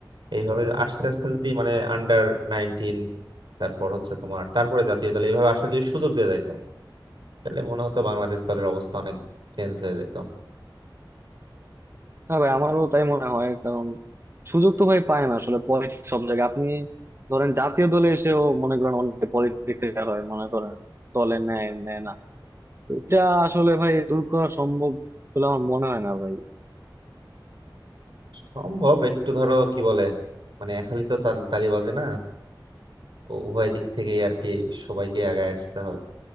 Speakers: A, on the right; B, on the right.
A: এইভাবে আস্তে আস্তে যদি মানে আন্ডার নাইনটিন তারপর হচ্ছে তোমার তারপরে জাতীয় দলে এইভাবে আসার যদি সুযোগ দিয়ে যাইতো তাহলে মনে হতো বাংলাদেশ দলের অবস্থা অনেক চেঞ্জ হয়ে যেত
B: না ভাই আমারও তাই মনে হয় কারণ সুযোগ তো ভাই পায় না আসলে পলিটিক্স সব জায়গায় আপনি ধরেন জাতীয় দলে এসেও মনে করেন অনেক পলিটিক্স হয় মনে করেন দলে নেয় নেয় না তো এটা আসলে ভাই দূর করা সম্ভব বলে আমার মনে হয় না ভাই
A: সম্ভব একটু ধরো কি বলে মানে একালি তো তাল- তালিবাজি না ও- উভয় দিক থেকেই আর কি সবাইকে আগায় আসতে হবে